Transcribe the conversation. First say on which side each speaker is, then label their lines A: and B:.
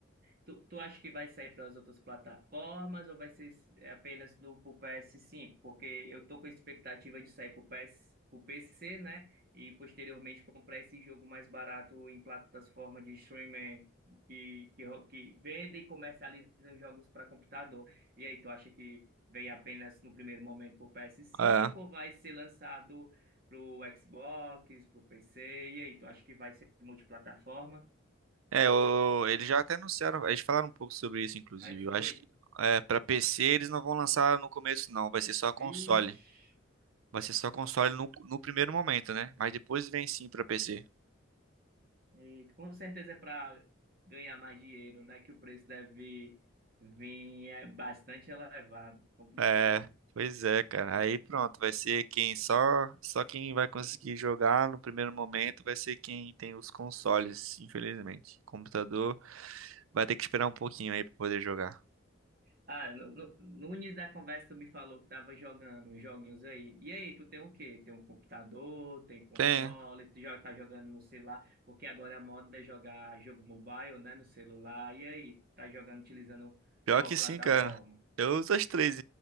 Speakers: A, on the right; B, on the right.
A: Tu, tu acha que vai sair para as outras plataformas ou vai ser é, apenas do pro PS5? Porque eu tô com a expectativa de sair pro PS, pro PC, né? E posteriormente comprar esse jogo mais barato em plataformas de streaming que, que, ro- que vende e comercializa os jogos para computador. E aí, tu acha que vem apenas no primeiro momento pro PS5
B: É,
A: ou vai ser lançado pro Xbox, pro PC? E aí, tu acha que vai ser multiplataforma?
B: é o- eles já até anunciaram, eles falaram um pouco sobre isso, inclusive.
A: Aí foi.
B: Eu acho que é, para PC eles não vão lançar no começo, não, vai ser só console.
A: Vixe.
B: Vai ser só console no, no primeiro momento, né? Mas depois vem sim pra PC.
A: E com certeza é para ganhar mais dinheiro, né? Que o preço deve vir é, bastante elevado, complicado.
B: É, pois é, cara. Aí pronto, vai ser quem só só quem vai conseguir jogar no primeiro momento vai ser quem tem os consoles, infelizmente. Computador vai ter que esperar um pouquinho aí pra poder jogar.
A: Ah, no, no- no início da conversa tu me falou que tava jogando uns joguinhos aí. E aí, tu tem o quê? Tem um computador, tem console,
B: Tem,
A: tu já tá jogando no celular, porque agora a moda é jogar jogo mobile, né? No celular. E aí, tá jogando utilizando
B: Pior
A: qual
B: que
A: plataforma?
B: sim, cara. Eu uso as três.